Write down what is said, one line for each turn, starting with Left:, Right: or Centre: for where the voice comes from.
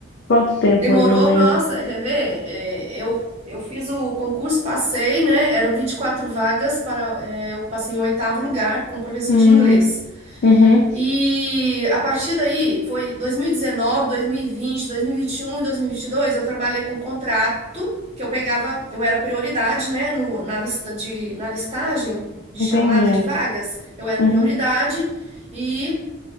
Left: Quanto tempo,
Right: Demorou,
Left: mais ou menos?
Right: nossa, quer ver? É, eu, eu fiz o concurso, passei, né? Eram 24 vagas para, é, eu passei em oitavo lugar como professor
Left: Hum,
Right: de inglês.
Left: uhum,
Right: E a partir daí, foi 2019, 2020, 2021 e 2022, eu trabalhei com contrato, que eu pegava, eu era prioridade, né, no- na lista de, na listagem de
Left: entendi.
Right: chamada de vagas, eu era
Left: Uhum,
Right: prioridade e,